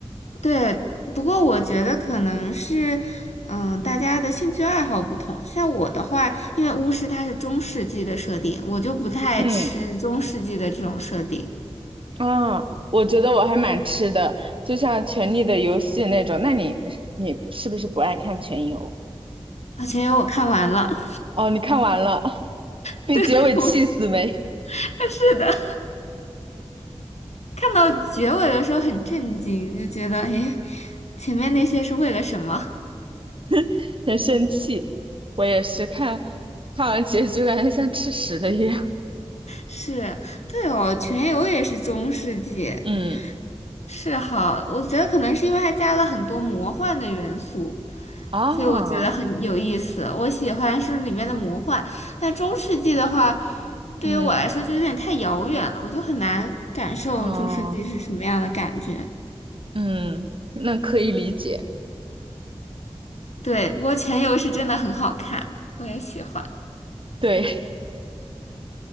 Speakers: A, on the left; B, on the right.
A: 对，不过我觉得可能是，嗯，大家的兴趣爱好不同。像我的话，因为巫师它是中世纪的设定，我就不太吃中世纪的这种设定。
B: 嗯。啊，我觉得我还蛮吃的，就像《权力的游戏》那种。那你你是不是不爱看权游？
A: 啊，全由我看完了。
B: 哦，你看完了，<laughs> 被结尾气死没？
A: <laughs> 对，我 <laughs> 是的。看到结尾的时候很震惊，就觉得诶，前面那些是为了什么？
B: <laughs> 很生气。我也是看看完结局，感觉像吃屎的一样。
A: 是，对哦，全游也是中世纪，
B: <laughs> 嗯
A: 是哈，我觉得可能是因为它加了很多魔幻的元素，
B: 啊，
A: 所以我觉得很有意思。我喜欢是里面的魔幻，但中世纪的话，对于我来说就有点太遥远了，
B: 嗯
A: 我就很难感受中世纪是什么样的感觉。
B: 哦，嗯，那可以理解。
A: 对，不过全游是真的很好看，我也喜欢。
B: 对，